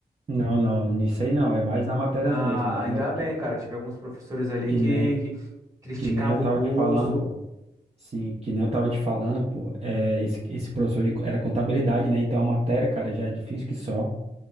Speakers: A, on the right; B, on the right.
A: Não, não, nisso aí não. É mais na matérias
B: ah,
A: mesmo, né?
B: ainda
A: Que nem, eu-
B: bem,
A: que,
B: cara.
A: que,
B: Tive alguns professores ali
A: que
B: que,
A: nem,
B: que criticavam
A: que nem eu tava
B: o curso,
A: te falando, pô. Sim, que nem eu tava te falando, pô. É, esse, esse professor de, co- era contabilidade, né? Então a matéria, cara, já é difícil que só.